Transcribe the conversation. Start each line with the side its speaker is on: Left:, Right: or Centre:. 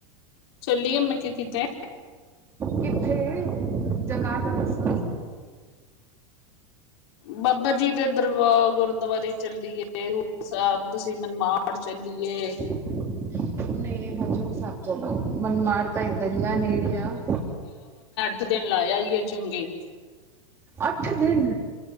Left: ਚੱਲੀਏ ਮੈਂ ਕਿਆ ਕਿਤੇ
Right: ਕਿੱਥੇ ਜਗ੍ਹਾ ਤਾਂ ਦੱਸ
Left: ਇਸ। ਬਾਬਾ ਜੀ ਦੇ ਦਰਬਾ ਗੁਰਦੁਆਰੇ ਚਲਿਏ ਹਜੂਰ ਸਾਹਿਬ ਤੁਸੀਂ ਮਨਮਾਰ ਪੜ ਚਲੀਏ।
Right: ਨਹੀ ਨਹੀ ਹਜ਼ੂਰ ਸਾਹਿਬ ਚਲੋ ਮਨਮਾੜ ਤਾਂ ਦਰੀਆ ਨੇੜੇ ਆ।
Left: ਇੱਕ ਦਿਨ ਲਾ ਆਈਏ ਚੰਗੇ।
Right: ਅੱਠ ਦਿਨ।